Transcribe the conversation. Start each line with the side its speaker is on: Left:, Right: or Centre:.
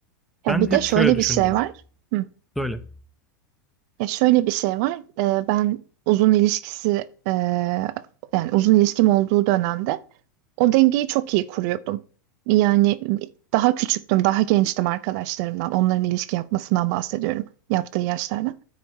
Right: Ya
Centre: Ben
Right: bir de
Centre: hep
Right: şöyle
Centre: şöyle düşündüm.
Right: bir şey var. Hı.
Centre: Söyle.
Right: Ya şöyle bir şey var. Ee, ben uzun ilişkisi e, yani uzun ilişkim olduğu dönemde o dengeyi çok iyi kuruyordum. Yani daha küçüktüm, daha gençtim arkadaşlarımdan. Onların ilişki yapmasından bahsediyorum. Yaptığı yaşlardan.